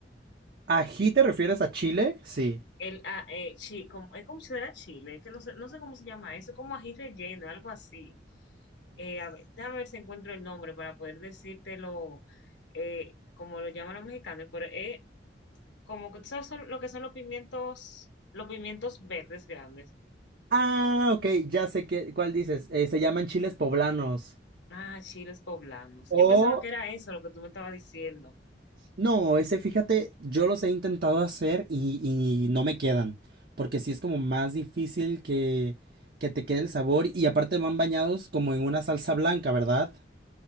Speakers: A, on the right; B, on the left.
A: ¿Ají te refieres a chile? Sí.
B: El, ah, eh, chi- como, es como si fuera chile, que no sé, no sé cómo se llama eso, como ají relleno, algo así. Eh, a ver, déjame ver si encuentro el nombre para poder decírtelo eh, como lo llaman los mexicanos, pero es como que sabes son- lo que son los pimientos, los pimientos verdes grandes.
A: Ah, ok, ya sé qué, cuál dices. eh, se llaman chiles poblanos.
B: Ah, chiles poblanos.
A: O,
B: Yo pensaba que era eso lo que tú me estabas diciendo.
A: no, ese fíjate, yo los he intentado hacer y, y no me quedan. Porque sí es como más difícil que, que te quede el sabor. Y aparte van bañados como en una salsa blanca, ¿verdad?